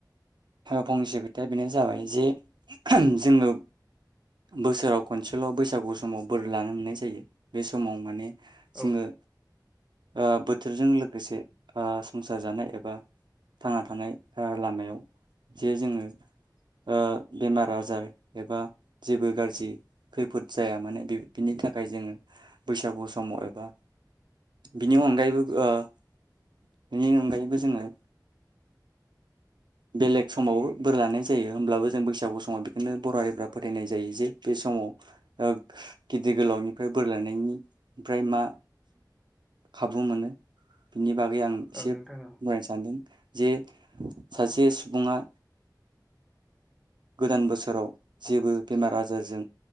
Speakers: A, on the right (about 80°); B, in the centre.
A: फंनैसो खोथाया बेनो जाबाय जे जोङो बोसोराव खनसेल' बैसागु समाव बोर लानो मोननाय जायो बे समाव माने
B: औ
A: जोङो ओ बोथोरजों लोगोसे आ संसार जानाय एबा थांना थानाय लामायाव जे जोङो ओ बेमार आजार एबा जेबो गाज्रि खैफोद जाया माने बिनि थाखाय जोङो बैसागु समाव एबा बिनि अनगायैबो बिनि ओ अनगायैबो जोङो बेलेग समावबो बोर लानाय जायो होमब्लाबो जों बैसागु समाव बेखौनो बर' हारिफ्रा फोथायनाय जायो जे बे समाव ओ गिदिर गोलावनिफ्राय बोर लानायनि फ्राय मा खाबु मोनो बिनि बागै आं एसे
B: ओं नोंथां औ
A: बुंनो सानदों । जे सासे सुबुङा गोदान बोसोराव जेबो बेमार आजारजों